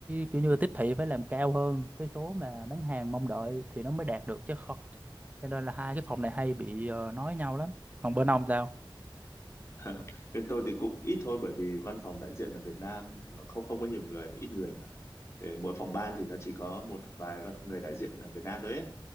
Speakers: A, on the right; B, on the left.
A: kiểu như là tiếp thị phải làm cao hơn cái số mà bán hàng mong đợi thì nó mới đạt được chứ không cho nên là hai cái phòng này hay bị ờ, nói nhau lắm còn bên ông sao
B: <laughs> bên tôi thì cũng ít thôi bởi vì văn phòng đại diện ở Việt Nam mà không không có nhiều người ít người mà Ờ, mỗi phòng ban thì nó chỉ có một vài văn- người đại diện ở Việt Nam thôi ấy